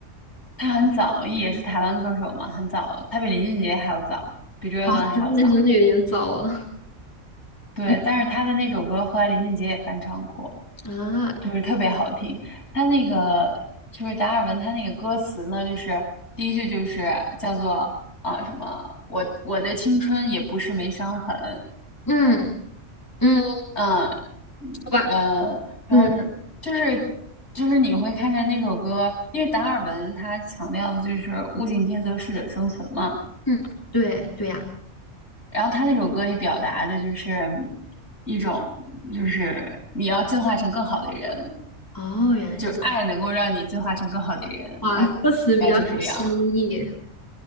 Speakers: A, on the left (about 60°); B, on the left (about 15°).
A: 他很早，也是台湾歌手嘛，很早，他比林俊杰还要早，比周杰伦还要早。
B: 快，那真的有点早了。
A: 对，
B: <laughs> 嗯
A: 但是他的那首歌后来林俊杰也翻唱过，
B: 啊，
A: 就是特别好听。他那个就是达尔文，他那个歌词呢，就是第一句就是叫做啊什么，我我的青春也不是没伤痕。
B: 嗯嗯，
A: 呃嗯，
B: 好吧，
A: 呃，然后是就是
B: 嗯
A: 就是你会看见那首歌，因为达尔文他强调的就是物竞天择，适者生存嘛。
B: 嗯，对对呀、
A: 然后他那首歌里表达的就是一种，就是你要进化成更好的人，
B: 哦，原来是这样，
A: 就是爱能够让你进化成更好的人，
B: 哇，
A: 大概就是这样。
B: 歌词比较有深意，